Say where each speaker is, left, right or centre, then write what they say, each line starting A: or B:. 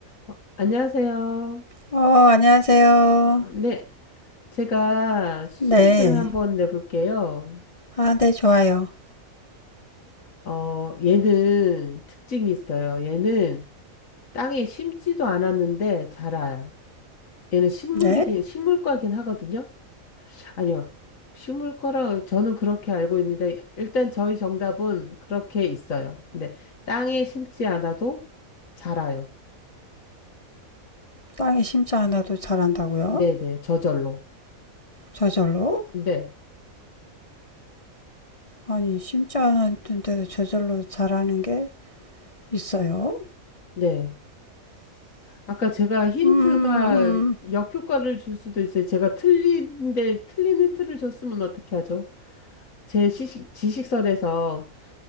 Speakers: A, on the left (about 70°); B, on the left (about 25°).
A: 어, 안녕하세요.
B: 어, 안녕하세요.
A: 어, 네, 제가 수수께끼를
B: 네.
A: 한번 내볼게요.
B: 아, 네, 좋아요.
A: 어, 얘는 특징이 있어요. 얘는 땅에 심지도 않았는데 자라요. 얘는 식물이긴,
B: 네.
A: 식물과긴 하거든요. 아니요, 식물과라 저는 그렇게 알고 있는데 일단 저희 정답은 그렇게 있어요. 근데 땅에 심지 않아도 자라요.
B: 땅에 심지 않아도 자란다고요?
A: 네네, 저절로.
B: 저절로?
A: 네,
B: 아니, 심지 않았는데도 저절로 자라는 게 있어요?
A: 네. 아까 제가 힌트가
B: 음,
A: 역효과를 줄 수도 있어요. 제가 틀린데 틀린 힌트를 줬으면 어떻게 하죠? 제 지식, 지식선에서